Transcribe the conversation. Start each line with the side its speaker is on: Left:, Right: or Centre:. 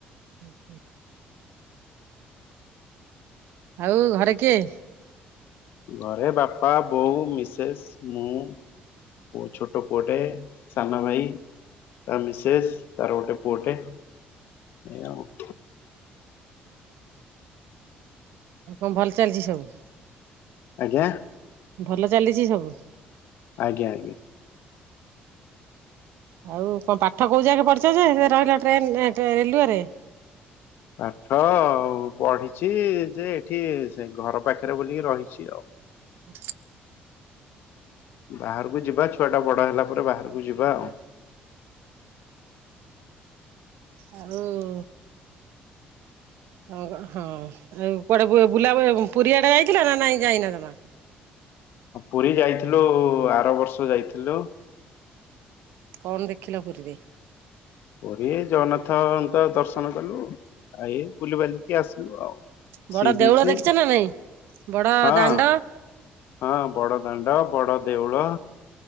Right: ହୁ ହୁଁ, ଆଉ ଘରେ କିଏ?
Left: ଘରେ ବାପା ବୋଉ ମିସେସ୍ ମୁଁ ଓ ଛୋଟ ପୁଅଟେ ସାନ ଭାଇ। ତା ମିସେସ୍ ତାର ଗୋଟେ ପୁଅଟେ ଏଇ ଆଉ।
Right: ଆ କଣ ଭଲ ଚାଲିଛି ସବୁ।
Left: ଆଜ୍ଞା?
Right: ଭଲ ଚାଲିଛି ସବୁ।
Left: ଆଜ୍ଞା ଆଜ୍ଞା।
Right: ଆଉ କଣ ପାଠ କୋଉ ଯାକେ ପଢ଼ିଛ ଯେ ରହିଲ ଟ୍ରେନ ରେଲୱେରେ
Left: ପାଠ ପଢିଚି ଯେ ଏଠି ସେ ଘର ପାଖରେ ବୋଲିକି ରହିଛି ଆଉ।
Right: ହ
Left: ବାହାରକୁ ଯିବା ଛୁଆ ଟା ବଡ ହେଲା ପରେ ବାହାରକୁ ଯିବା ଆଉ
Right: ଆଉ ଉ ହ ହଁ ଆଉ କୁଆଡେ ବୁଲା ପୁରୀଆଡେ ଯାଇଥିଲ ନା ନାଇଁ ଯାଇନା ଜମା ହ
Left: ପୁରୀ ଯାଇଥିଲୁ ଆର ବର୍ଷ ଯାଇଥିଲୁ।
Right: କଣ ଦେଖିଲ ପୁରୀରେ?
Left: ପୁରୀ ଜଗନ୍ନାଥ ତ ଦର୍ଶନ କଲୁ ଆଇ ବୁଲିିବାଲିକି ଆସିଲୁ ଆଉ।
Right: ବଡ
Left: ସିବିଚ
Right: ଦେଉଳ ଦେଖିଛ ନା ନାଇଁ? ବଡ
Left: ହଁ
Right: ଦାଣ୍ଡ
Left: ହଁ ବଡ ଦାଣ୍ଡ ବଡ ଦେଉଳ।